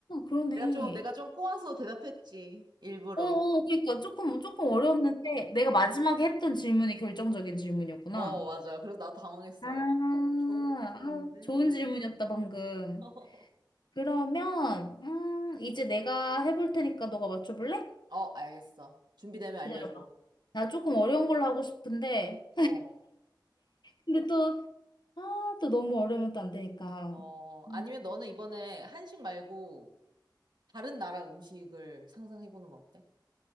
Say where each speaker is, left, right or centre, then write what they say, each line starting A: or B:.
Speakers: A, on the left; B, on the right.
A: 그러네.
B: 내가 좀 내가 좀 꼬아서 대답했지 일부러.
A: 어, 어, 그러니까 조금, 조금 어려웠는데 내가 마지막에 했던 질문이 결정적인 질문이었구나.
B: 어 맞아. 그래서 나 당황했어.
A: 아, 아,
B: 어, 좋은 질문인데.
A: 좋은 질문이었다, 방금.
B: <laughs>
A: 그러면 음, 이제 내가 해볼 테니까 너가 맞춰볼래?
B: 어, 알겠어. 준비되면 알려줘.
A: 기다려봐. 나 조금 어려운 걸로 하고 싶은데
B: 어,
A: 근데 또, 아, 또 너무 어려우면 또 안 되니까.
B: 어,
A: 음.
B: 아니면 너는 이번에 한식 말고 다른 나라 음식을 상상해보는 거 어때?